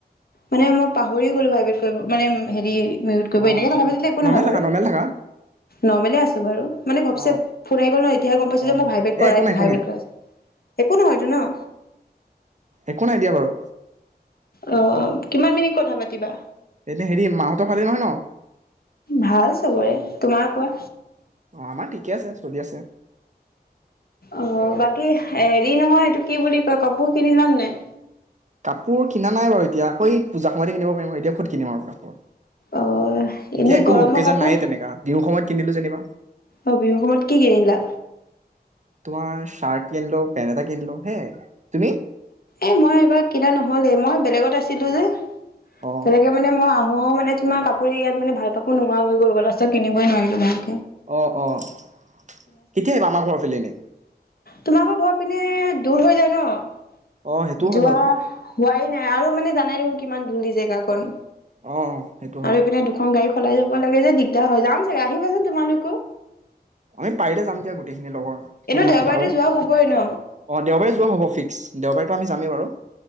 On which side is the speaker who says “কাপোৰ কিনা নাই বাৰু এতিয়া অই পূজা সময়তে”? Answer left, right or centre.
Right